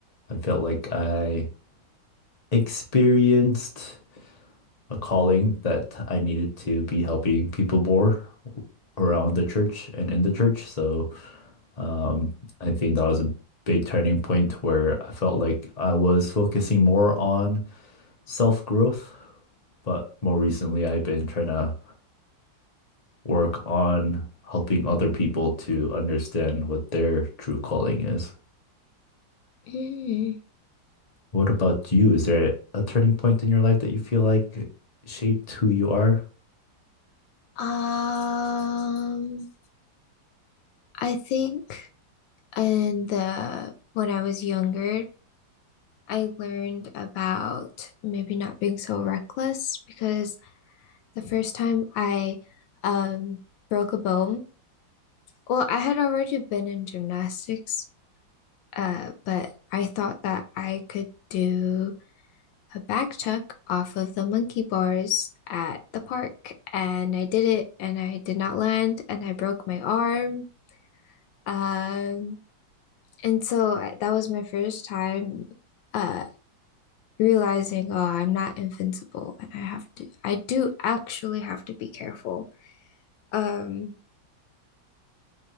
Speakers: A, on the left; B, on the left.
A: I felt like I experienced a calling that I needed to be helping people more around the church and in the church. So um, I think that was a big turning point where I felt like I was focusing more on self growth. But more recently, I've been trying to work on helping other people to understand what their true calling is.
B: mm.
A: What about you? Is there a turning point in your life that you feel like shaped who you are?
B: Um, I think in the when I was younger, I learned about maybe not being so reckless because the first time I um broke a bone, well, I had already been in gymnastics, uh, but I thought that I could do a back tuck off of the monkey bars at the park and I did it and I did not land and I broke my arm. Um, and so that was my first time uh realizing, oh, I'm not invincible and I have to I do actually have to be careful. Um,